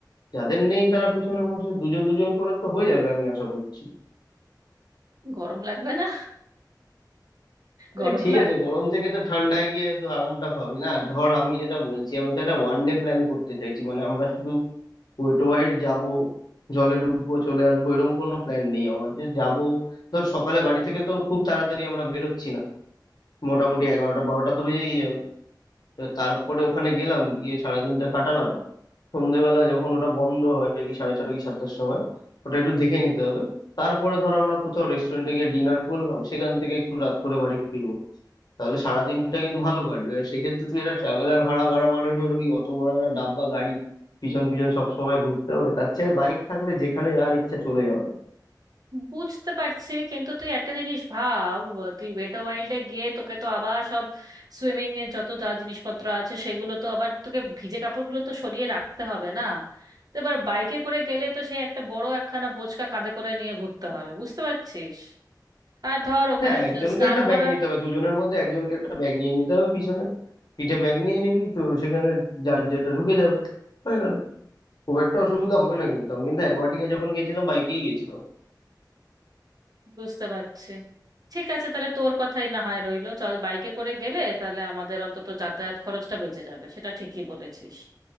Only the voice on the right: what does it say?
গরম লাগবে না গরম
লাগবে
বুঝতে পারছি কিন্তু তুই একটা জিনিস ভাব তুই ওয়েট ওয়াইল্ডে গিয়ে তোকে তো আবার সব সুইমিং এর যত যা জিনিসপত্র আছে সেগুলো তো আবার তোকে ভিজে কাপড়গুলো তো সরিয়ে রাখতে হবে না তো এবার বাইকে করে গেলে তো সে একটা বড় একখানা বোঁচকা কাঁধে করে নিয়ে ঘুরতে হবে বুঝতে পারছিস আর ধর ওখানে
স্নান
করার
বুঝতে পারছি ঠিক আছে তাহলে তোর কথাই না হয় রইলো চল বাইকে করে গেলে তাহলে আমাদের অন্তত যাতায়াত খরচটা বেঁচে যাবে সেটা ঠিকই বলেছিস